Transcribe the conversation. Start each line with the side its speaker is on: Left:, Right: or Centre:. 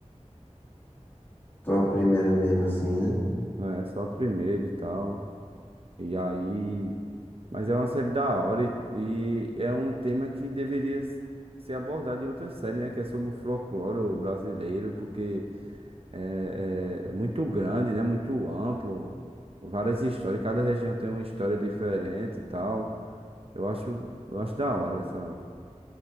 Left: Tô a primeira mesmo, assim, né?
Right: É, só a primeira e tal. E aí. Mas é uma série da hora e, e é um tema que deveria s- ser abordado em outras séries, né? Que é sobre o folclore brasileiro, porque é, é muito grande, né? Muito amplo. Várias histórias, cada região tem uma história diferente e tal. Eu acho, eu acho da hora essa,